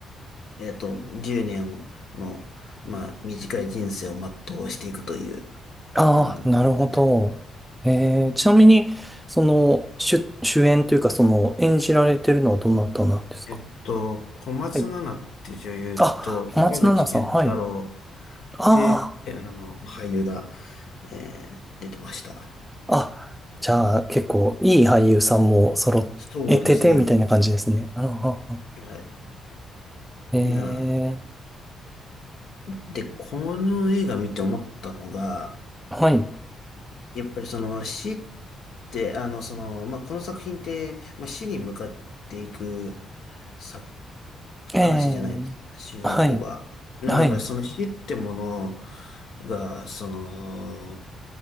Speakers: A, on the left; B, in the centre.
A: えっと、10年の、まあ、短い人生を全うしていくという、
B: あ、
A: まあ、もう、
B: ああ、なるほど。
A: なんて
B: ええ、ちなみに、その、主、主演というか、その、演じられてるのはどなたなんですか
A: えっと、小松菜奈って女優と、
B: はい。あ、小松菜奈さん。
A: 坂口健太郎
B: はい。あ
A: って、あの、俳優が、えー出てました。
B: あ、あ、じゃあ、結構、いい俳優さんも揃えてて、
A: そうですね。
B: みたいな感じですね。
A: は
B: うんうんうん
A: い。
B: ええ、
A: いや、で、この映画見て思ったのが、
B: はい。
A: やっぱりその死って、あの、その、まあ、この作品って、まあ、死に向かっていくさ、話じゃないですかね、
B: ええ、
A: 主人公が。
B: はい。
A: でもだからその死ってもの
B: はい。
A: が、その、